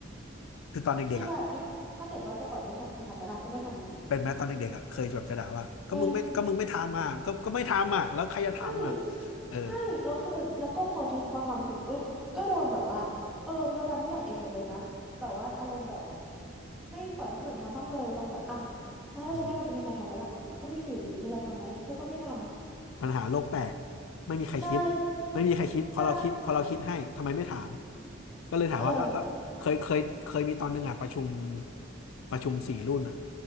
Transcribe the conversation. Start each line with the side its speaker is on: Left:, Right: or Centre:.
Left: คือตอนเด็กๆอ่ะ
Centre: คือแบบยุคนั้นถ้าเกิดว่าจะปล่อยให้ทำเธอทำไหมล่ะก็ไม่ทำอยู่ดี
Left: เป็นไหมตอนเด็กๆอ่ะเคยจะแบบจะด่าว่าก็มึงไม่ก็มึงไม่ทำอ่ะก็ก็ไม่ทำอ่ะแล้วใครจะทำอ่ะ
Centre: เป็น ใช่
Left: เออ
Centre: ใช่แล้วคือแล้วก็พอทีพอทำเสร็จปุ๊บก็โดนแบบว่าเออเธอทำทุกอย่างเองหมดเลยนะแบบว่าอารมณ์แบบไม่ปล่อยให้คนอื่นทำบ้างเลยตรงแบบอ้าวแล้วถ้าฉันไม่ทำจะมีใครทำไหมล่ะก็ไม่มีอยู่ดีเธอจะทำไหมเธอก็ไม่ทำ
Left: <laughs> ปัญหาโลกแตกไม่มีใครคิด
Centre: ใช่
Left: ไม่มีใครคิดพอเราคิดพอเราคิดให้ทำไมไม่ถาม
Centre: ใช่
Left: ก็เลยถามว่าแล้วแล้วเคยเคยเคยมีตอนหนึ่งอ่ะประชุม
Centre: เออ
Left: ประชุมสี่รุ่นอ่ะ